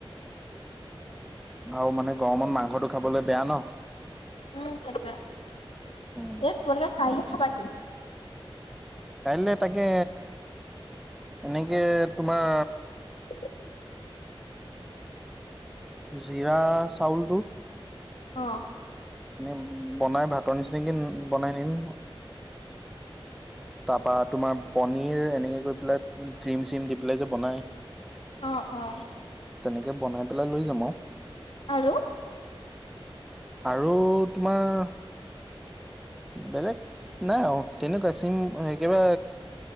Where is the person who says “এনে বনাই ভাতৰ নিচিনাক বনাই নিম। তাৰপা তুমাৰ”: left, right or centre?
Centre